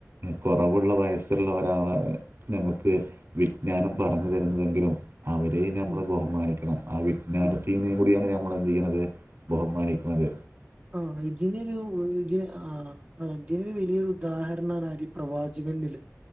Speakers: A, on the right; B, on the right.
A: കുറവുള്ള വയസ്സ്ള്ള ഒരാളാണ് നമുക്ക് വിജ്ഞാനം പറഞ്ഞു തരുന്നതെങ്കിലും അവരെയും ഞമ്മള്
B: ഉം
A: ബഹുമാനിക്കണം ആ വിജ്ഞാനത്തീന്നീകൂടിയാണ്
B: ഉം
A: ഞ ന്ത്‌യ്യണത് ബഹുമാനിക്ക്‌ണത്
B: ആഹ ഇതിനൊരു <unintelligible> ആഹ അതിന് വലിയൊരു ഉദാഹരണാണ് അരി പ്രവാചകന്നില്